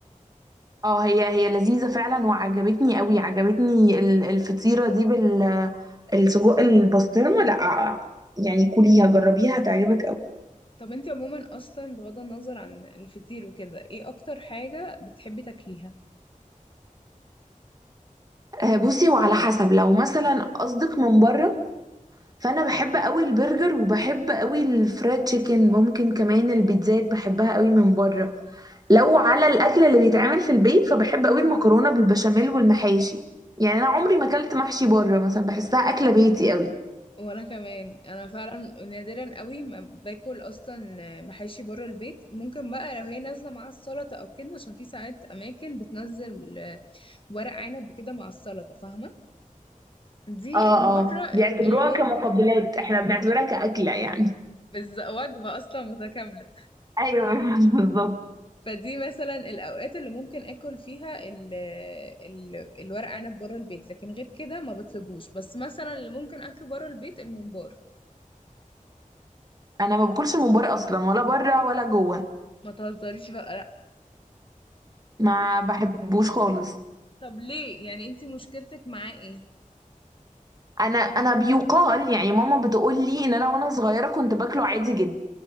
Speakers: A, on the right (about 25°); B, on the left (about 40°).
A: اه هي هي لذيذة فعلا وعجبتني قوي عجبتني ال- الفطيرة دي بال السجق البسطرمة لا يعني كليها جربيها هتعجبك قوي
B: طب انتي عموما أصلا بغض النظر عن الفطير وكده ايه أكتر حاجة بتحبي تاكليها؟
A: آه، بصي وعلى حسب لو مثلا قصدك من بره فانا بحب قوي البرجر وبحب قوي الفرايد تشيكن ممكن كمان البيتزات بحبها قوي من بره لو على الاكل اللي بيتعمل في البيت فبحب قوي المكرونة بالبشاميل والمحاشي يعني انا عمري ما اكلت محشي بره مثلا بحسها اكلة بيتي قوي
B: وأنا كمان أنا فعلا نادرا قوي ما باكل أصلا محاشي بره البيت ممكن بقى لو هي نازلة مع السلطة أو كده عشان في ساعات أماكن بتنزل ورق عنب وكده مع السلطة فاهمة؟ دي
A: اه
B: المرة
A: اه بيعتبروها
B: اللي ممكن
A: كمقبلات احنا بنعتبرها كأكلة يعني
B: بالز- وجبة أصلا متكاملة
A: ايوه <laughs> بالظبط
B: فدي مثلا الاوقات اللي ممكن اكل فيها ال ال الورق عنب بره البيت لكن غير كده ما بطلبوش بس مثلا اللي ممكن اكله بره البيت الممبار
A: انا ما باكلش الممبار اصلا ولا بره ولا جوه
B: ما تهزريش بقى لا
A: ما بحبوش خالص
B: طب ليه يعني انت مشكلتك معاه ايه
A: انا انا بيقال يعني ماما بتقول لي ان انا وانا صغيره كنت باكله عادي جدا